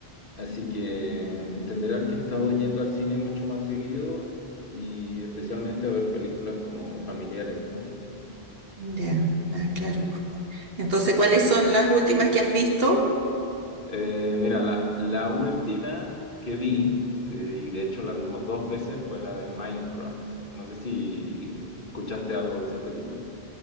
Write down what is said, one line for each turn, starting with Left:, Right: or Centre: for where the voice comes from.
Left: así que entenderás que he estado yendo al cine mucho más seguido y especialmente a ver películas como familiares, ¿no?
Right: Ya, ah, claro. Entonces, ¿cuáles son las últimas que has visto?
Left: Eh, mira, la, la última que vi, este, y de hecho la vimos dos veces, fue la de Minecraft. No sé si escuchaste algo de esa película.